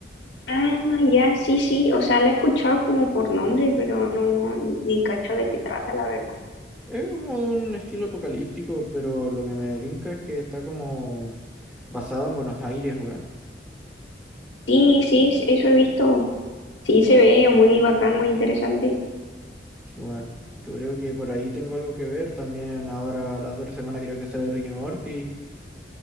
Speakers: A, on the left; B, in the centre.
A: Ah, ya, sí, sí, o sea, la he escuchado como por nombre, pero no, ni cacho de qué trata, la verdad.
B: Es como de un estilo apocalíptico, pero lo que me tinca es que está como basado en Buenos Aires, weón.
A: Sí, sí, es- eso he visto. Sí, se ve muy bacán, muy interesante.
B: Sí, bueno, Yo creo que por ahí tengo algo que ver. También ahora, la otra semana creo que sale Ricky Morty.